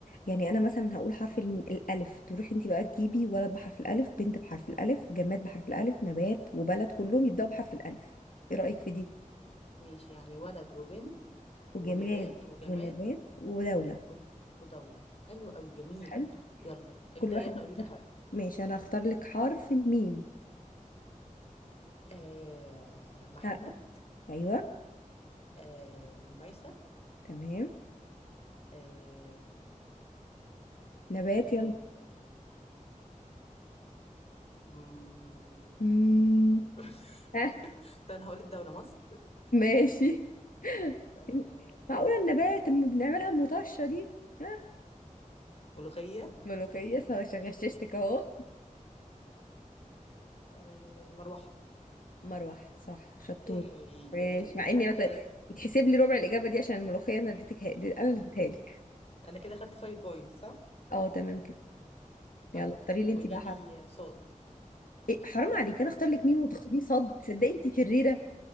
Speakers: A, on the left; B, on the left.
A: يعني انا مثلا هقول حرف الم- الالف تروحي انت بقى تجيبي ولد بحرف الالف بنت بحرف الالف جماد بحرف الالف نبات وبلد كلهم يبداوا بحرف الالف ايه رايك في دي
B: ماشي يعني ولد وبنت
A: وجماد
B: ونبات وجماد
A: ونبات ودوله
B: و- ودوله حلو قوي جميل
A: حلو
B: يلا ابدا
A: كل واحد
B: يلا قولي
A: يختار
B: لي حرف
A: ماشي انا هختار لك حرف الميم
B: آه محمد
A: ها ايوه
B: آه ميسة
A: تمام
B: آه
A: نبات
B: آه
A: يلا
B: مم.
A: مم.
B: <laughs>
A: ها
B: طب انا هقول الدوله مصر
A: ماشي <laughs>
B: آه
A: إن- معقولة النبات اما بنعملها مطشة دي ها
B: ملوخيه
A: ملوخية صح، غششتك اهو
B: آه مروحه
A: <laughs> مروح صح شطور
B: هي
A: ماشي
B: هي انا كده
A: مع
B: خدت
A: اني عط- يتحسب لي ربع الاجابة دي عشان الملوخية انا اديتك دي- انا اللي اديتها لك
B: انا كده خدت 5 بوينتس صح
A: اه تمام كده
B: طيب
A: يلا اختاري لي
B: قولي
A: انت بقى
B: لي
A: حرف
B: صاد
A: إيه حرام عليك انا اختار لك ميم وتختاري صاد صدقي انت شريرة